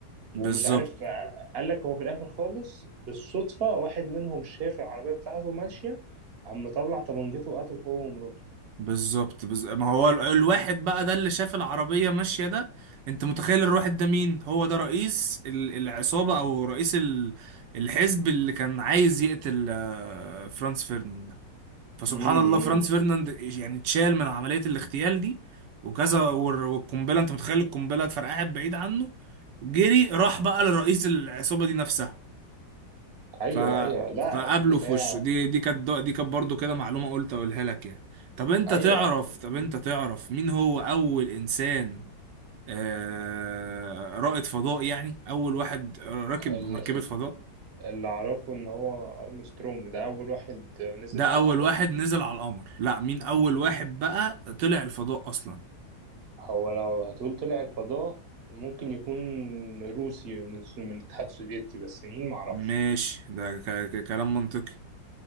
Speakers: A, on the right; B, on the right.
A: ومش
B: بالظبط
A: عارف آه، قال لك هو في الاخر خالص بالصدفه واحد منهم شاف العربيه بتاعته ماشيه قام مطلع طبنجته وقتل هو ومراته
B: بالظبط بز... ما هو ال- الواحد بقى ده اللي شاف العربية ماشية ده انت متخيل الواحد ده مين هو ده رئيس ال- العصابة او رئيس ال... الحزب اللي كان عايز يقتل آه، فرانز فيرديناند فسبحان
A: امم
B: الله فرانس فيرناند يعني اتشال من عملية الاغتيال دي وكذا والر- والقنبلة انت متخيل القنبلة اتفرقعت بعيد عنه جري راح بقى لرئيس العصابة دي نفسها
A: ايوه
B: ف
A: ايوه لا
B: فقابله
A: يعني
B: في
A: هي
B: وشه دي دي كانت دي كانت برضه كده معلومة قلت اقولها لك يعني طب انت
A: ايوه
B: تعرف
A: لا ال-
B: طب انت تعرف مين هو اول انسان آه... رائد فضاء يعني اول واحد راكب
A: ال-
B: مركبة
A: ال-
B: فضاء
A: اللي اعرفه ان هو ارمسترونج ده اول واحد نزل
B: ده
A: على
B: اول
A: القمر
B: واحد نزل على القمر لا مين اول واحد بقى طلع الفضاء اصلا
A: هو لو هتقول طلع الفضاء ممكن يكون روسي من من الاتحاد السوفيتي بس مين معرفش
B: ماشي ده ك... ك- كلام منطقي